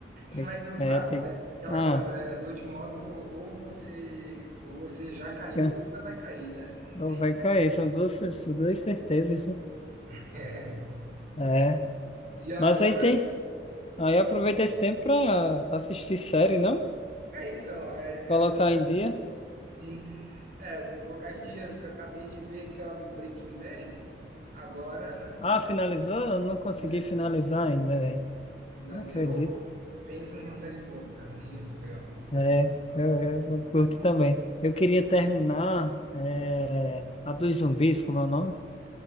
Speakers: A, on the left; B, on the right.
A: Tem-
B: como é que tu sabe,
A: É, tem...
B: né? Aquela
A: Ah,
B: coisa, né? andou de moto, ou você, ou você já caiu,
A: é.
B: ou ainda vai cair, né? Não
A: não
B: tem.
A: vai cair. São duas, são duas certezas, né?
B: <laughs>
A: É.
B: E agora
A: Mas aí tem. Aí aproveita esse tempo pra assistir série, não?
B: É, então, é,
A: Colocar
B: agora
A: em dia.
B: sim. É, tem que colocar em dia, porque eu acabei de ver aquela do Breaking Bad. Agora,
A: Ah, finalizou? Eu não consegui
B: né,
A: finalizar ainda, velho.
B: finalizei.
A: Não acredito.
B: Ô, pensa numa série boa, cara. Muito legal.
A: É,
B: Legal
A: eu,
B: mesmo.
A: eu, eu curto também. Eu queria terminar é, a dos zumbis, como é o nome?